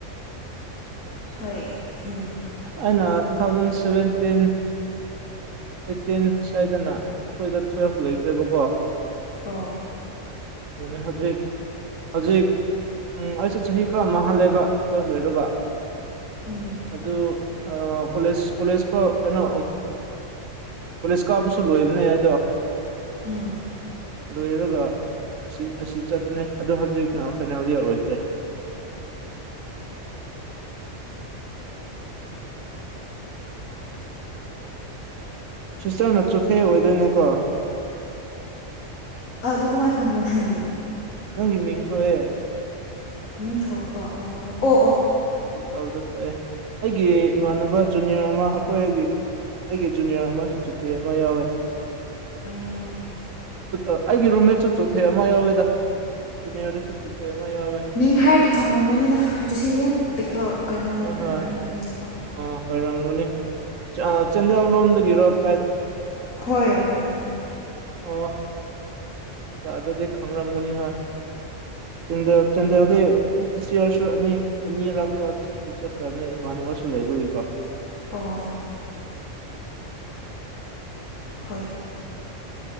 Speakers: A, on the left; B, on the right.
A: ꯍꯣꯏ ꯎꯝ
B: ꯑꯩꯅ ꯇꯨ ꯊꯥꯎꯖꯟ ꯁꯚꯦꯟꯇꯤꯟ ꯑꯩꯠꯇꯤꯟ ꯁ꯭ꯋꯥꯗꯅ ꯑꯩꯈꯣꯏꯗ ꯇꯨꯋꯦꯜꯐ ꯂꯣꯏꯈ꯭ꯔꯦꯕꯀꯣ
A: ꯑꯣꯣ
B: ꯑꯗꯨ ꯍꯧꯖꯤꯛ ꯍꯧꯖꯤꯛ ꯎꯝ ꯑꯩꯁꯨ ꯆꯍꯤ ꯈꯔ ꯃꯥꯡꯍꯜꯂꯦꯕ ꯇꯨꯋꯦꯜꯞ ꯂꯩꯣꯏꯔꯒ
A: ꯎꯝ
B: ꯑꯗꯨ ꯀꯣꯂꯦꯖ ꯀꯣꯂꯦꯖ ꯐꯥꯎ ꯀꯩꯅꯣ ꯄꯨꯂꯤꯁ ꯀꯥꯞꯄꯁꯨ ꯂꯣꯏꯕꯅꯦ ꯑꯩꯗꯣ
A: ꯎꯝ
B: ꯂꯣꯏꯔꯒ ꯑꯁꯤ ꯆꯠꯄꯅꯦ ꯑꯗ ꯍꯧꯖꯤꯛꯅ ꯐꯥꯏꯅꯦꯜ ꯏꯌꯥꯔ ꯑꯣꯏꯈ꯭ꯔꯦ <unintelligible> ꯁꯤꯁꯇꯔꯅ ꯆꯣꯊꯦ ꯑꯣꯏꯗꯣꯏꯅꯦ ꯀꯣ
A: ꯑ ꯑꯗꯨ ꯀꯃꯥꯏꯅ ꯈꯪꯕꯣ ꯅꯪꯒꯤ
B: ꯅꯪꯒꯤ ꯃꯤꯡ ꯊꯣꯛꯑꯦ
A: ꯃꯤꯡ ꯊꯣꯛꯂꯛꯄ ꯑꯣ ꯑꯣ
B: ꯍꯣꯏ ꯇꯗ ꯊꯣꯛꯑꯦ ꯑꯩꯒꯤ ꯏꯃꯥꯟꯅꯕ ꯖꯨꯅꯤꯌꯔ ꯑꯃ ꯑꯩꯈꯣꯏꯒꯤ ꯑꯩꯒꯤ ꯖꯨꯅꯤꯌꯔ ꯑꯃꯁꯨ ꯆꯤꯊꯤ ꯑꯃ ꯌꯥꯎꯋꯦ
A: ꯎꯝ
B: ꯑꯩꯒꯤ ꯔꯨꯝꯃꯦ ꯆꯠ ꯆꯨꯊꯩ ꯑꯃ ꯌꯥꯎꯋꯦꯗ ꯗꯨꯅꯤꯌꯥꯗ ꯆꯠ ꯆꯨꯊꯩ ꯑꯃ ꯌꯥꯎꯋꯦ
A: ꯃꯤꯡ ꯍꯥꯏꯔꯗꯤ ꯈꯪꯂꯝꯝꯒꯅꯤꯗ ꯗꯣ ꯁꯤꯗꯤ ꯌꯥꯝ ꯄꯤꯛꯄ
B: ꯍꯣꯏ
A: ꯀꯩꯅꯣꯅꯦꯕꯖꯥꯠ
B: ꯍꯣꯏ ꯑꯥ
A: ꯑꯣꯏꯕꯅꯤꯅꯀꯣ
B: ꯑꯣꯏꯔꯝꯒꯅꯤ ꯆꯥꯟꯗꯦꯜ ꯂꯣꯝꯗꯒꯤꯔꯣ ꯀ
A: ꯍꯣꯏ ꯃꯥꯅꯦꯅꯦ
B: ꯑꯣꯐ ꯗꯗꯤ ꯈꯪ ꯃꯒꯨꯅꯤ ꯍꯥꯏ ꯆꯟꯗ ꯆꯟꯗꯗꯤꯁꯤ ꯅꯤꯅꯤꯔꯀ ꯆꯀ꯭ꯔ ꯃꯥꯅ ꯃꯁꯨ ꯂꯩ ꯍꯥꯏꯔꯨꯒꯦꯀꯣ
A: ꯑꯣ ꯍꯣꯏ